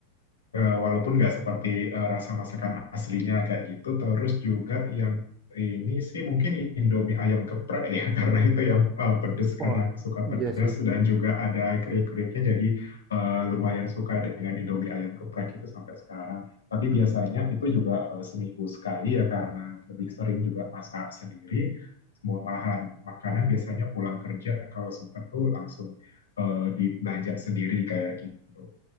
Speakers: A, on the left (about 70°); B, on the right (about 25°).
A: Eh, walaupun nggak seperti eh, rasa masakan aslinya kayak gitu, terus juga yang ini sih mungkin Indomie ayam geprek ya, <laughs> karena itu yang eh, pedes karena
B: Oh
A: aku suka pedes
B: iya sih.
A: dan juga ada keripik-keripiknya jadi eh, lumayan suka dengan Indomie ayam geprek itu sampai sekarang. Tapi biasanya itu juga eh, seminggu sekali ya karena lebih sering juga masak sendiri. Semua bahan makanan biasanya pulang kerja kalau sempat tuh langsung eh, dibelanja sendiri kayak gitu.